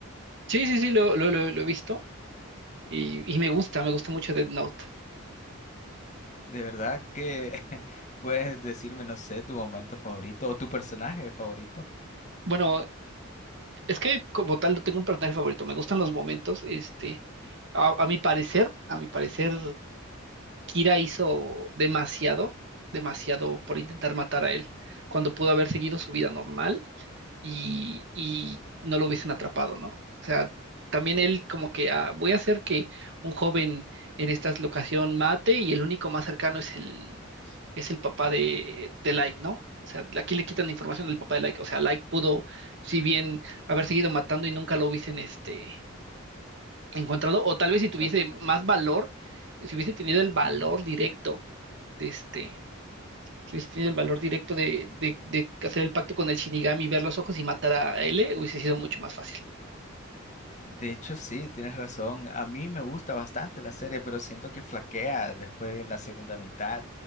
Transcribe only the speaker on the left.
De verdad que <laughs> puedes decirme, no sé, tu momento favorito o tu personaje favorito.
Ujú,
Atrapado.
ujú.
De hecho, sí, tienes razón. A mí me gusta bastante la serie, pero siento que flaquea después de la segunda mitad.